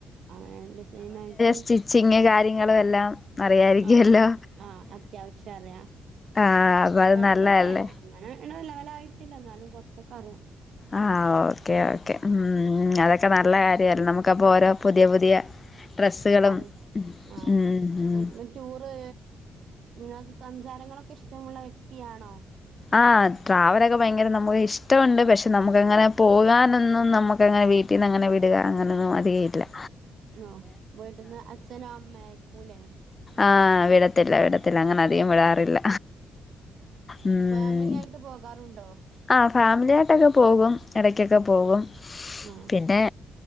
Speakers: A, on the right; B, on the left.
A: അങ്ങനെ ഡിസൈൻ ആയിട്ട്
B: സ്റ്റിച്ചിങ് കാര്യങ്ങളും എല്ലാം അറിയായിരിക്കുവല്ലോ
A: ആ ആ അത്യാവശ്യം അറിയ
B: ആഹ് അപ്പൊ അത്
A: കൊറച്ചൊക്കെ
B: നല്ലതല്ലേ
A: അങ്ങനെ ങ്ങനെ ലെവലായിട്ടില്ല എന്നാലും കുറച്ചൊക്കെ അറിയാം
B: ആ ഓക്കെ ഓക്കേ ഉം അതൊക്കെ നല്ല കാര്യ നമുക്കപ്പൊ ഓരോ പുതിയ പുതിയ ഡ്രസ്സുകളും
A: അ ആ
B: ഉം ഉം
A: ന്നെറ്റ് ടൂറ് നാ സഞ്ചാരങ്ങളൊക്കെ ഇഷ്ടമുള്ള വ്യക്തിയാണോ
B: ആ ട്രാവലൊക്കെ ഭയങ്കര നമുക്ക് ഇഷ്ടമുണ്ട് പക്ഷെ നമുക്ക്ങ്ങനെ പോകാനൊന്നും നമുക്ക് അങ്ങനെ വീട്ടിൽ നിന്ന് അങ്ങനെ വിടുക അങ്ങനെയൊന്നും അധികമായിട്ടല്ല
A: ആ വീട്ടിന്ന് അച്ഛനും അമ്മ ഉലെ
B: ആ വിടത്തില്ല വിടത്തില്ല അങ്ങനെ ധികം വിടാറില്ല ഉം
A: ഫാമിലി ആയിട്ട് പോകാറുണ്ടോ
B: ആ ഫാമ് <unintelligible> ആയിട്ടൊക്കെ പോകും ഇട <unintelligible> പോകും
A: ആഹ്
B: പിന്നെ